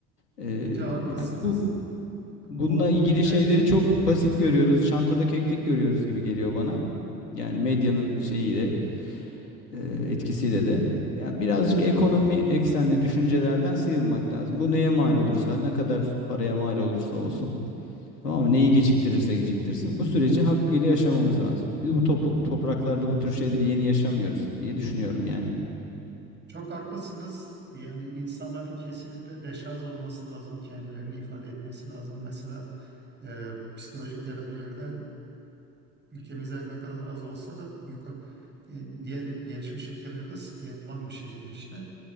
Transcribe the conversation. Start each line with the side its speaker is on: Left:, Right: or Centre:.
Left: E,
Right: Bence haklısınız.
Left: yani bu Bununla
Right: Olay
Left: ilgili
Right: yani
Left: şeyleri çok basit görüyoruz. Çantada keklik görüyoruz gibi geliyor bana. Yani medyanın şeyiyle, e, etkisiyle de. Ya birazcık ekonomi eksenli düşüncelerden sıyrılmak lazım. Bu neye mal olursa, ne kadar paraya mal olursa olsun. Tamam mı? Neyi geciktirirse geciktirsin. Bu süreci hakkıyla yaşamamız lazım. Biz bu topu- topraklarda bu tür şeyleri yeni yaşamıyoruz diye düşünüyorum yani.
Right: Çok haklısınız. Yani insanların kesinlikle deşarj olması lazım, kendilerini ifade etmesi lazım. Mesela e, psikolojik tedavilerde e, ülkemizde her ne kadar az olsa da yukarı, diğer gelişmiş ülkelerde sıkı yapılan bir şeydir işte.